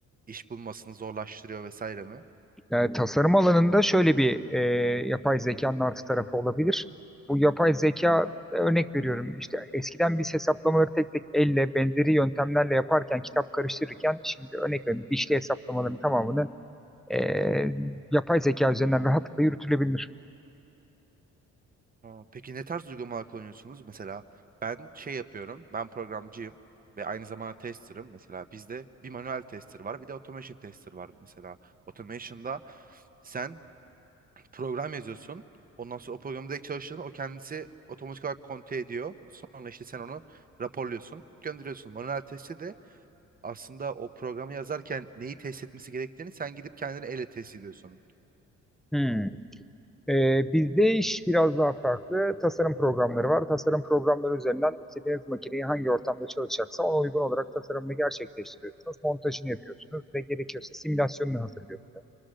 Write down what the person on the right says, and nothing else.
iş bulmasını zorlaştırıyor vesaire mi?
Aa, peki ne tarz uygulamalar kullanıyorsunuz? Mesela ben şey yapıyorum. Ben programcıyım ve aynı zamanda tester'ım. Mesela bizde bir manuel tester var, bir de automation tester var. Mesela automation'da sen program yazıyorsun. Ondan sonra o programı direkt çalıştığında o kendisi otomatik olarak konte ediyor. Sonra işte sen onu raporluyorsun, gönderiyorsun. Manuel testi de aslında o programı yazarken neyi test etmesi gerektiğini sen gidip kendini elle test ediyorsun.